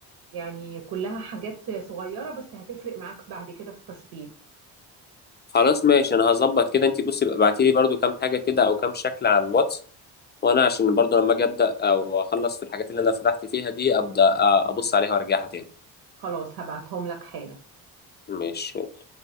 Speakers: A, on the right; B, on the left.
A: يعني كلها حاجات صغيرة بس هتفرق معاك بعد كده في التشطيب
B: خلاص ماشي انا هظبط كده انت بصي بقى ابعتي لي برده كام حاجه كده او كام شكل على الواتس وانا عشان برضو لما اجي ابدا او اخلص في الحاجات اللي انا فتحت فيها دي ابدا ابص عليها وارجعها تاني
A: خلاص هبعتهم لك حالا
B: ماشي